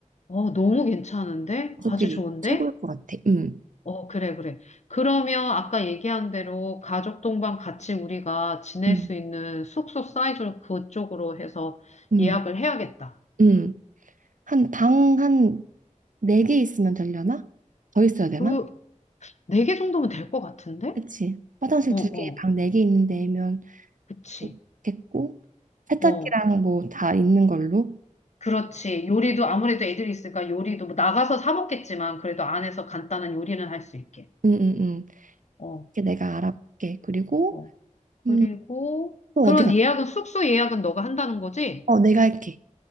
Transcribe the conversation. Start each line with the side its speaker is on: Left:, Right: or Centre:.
Left: 어, 너무 괜찮은데?
Right: 가족끼리
Left: 아주 좋은데?
Right: 최고일 것 같아. 음,
Left: 어, 그래, 그래. 그러면 아까 얘기한 대로 가족 동반 같이 우리가 지낼
Right: 음,
Left: 수 있는 숙소 사이즈로 그쪽으로 해서
Right: 음,
Left: 예약을 해야겠다.
Right: 음. 한 방 한 네 개 있으면 되려나? 더 있어야 되나?
Left: 그, 네 개 정도면 될 것 같은데?
Right: 그치. 화장실
Left: 어,
Right: 두
Left: 어,
Right: 개, 방 네 개 있는 데면
Left: 그치.
Right: 좋겠고 세탁기랑
Left: 어,
Right: 뭐 다 있는 걸로.
Left: 그렇지. 요리도 아무래도 애들이 있으니까 요리도 뭐 나가서 사 먹겠지만 그래도 안에서 간단한 요리는 할 수 있게.
Right: 응응응.
Left: 어.
Right: 이게 내가 알아볼게. 그리고
Left: 어.
Right: 음,
Left: 그리고
Right: 또
Left: 그런
Right: 어디 가?
Left: 예약은 숙소 예약은 너가 한다는 거지?
Right: 어, 내가 할게.